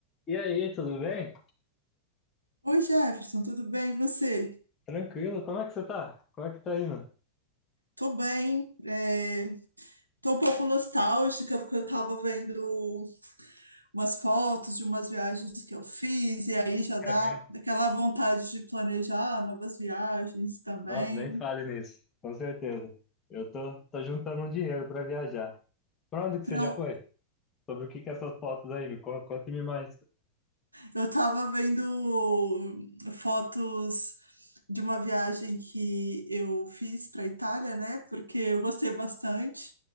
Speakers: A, on the left; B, on the right.
A: E aí, tudo bem?
B: Oi, Jefferson, tudo bem? E você?
A: Tranquilo, como é que você tá? Como é que tá indo?
B: Tô bem. É... Tô um pouco nostálgica porque eu tava vendo umas fotos de umas viagens que eu fiz e aí já dá
A: É mesmo?
B: aquela vontade de planejar novas viagens também.
A: Nossa, nem fale nisso, com certeza. Eu tô, tô juntando um dinheiro pra viajar. Pra onde que
B: Para
A: você já foi? Sobre o que que é essas fotos aí? Me con- conte-me mais.
B: Eu tava vendo fotos de uma viagem que eu fiz para Itália, né? Porque eu gostei bastante.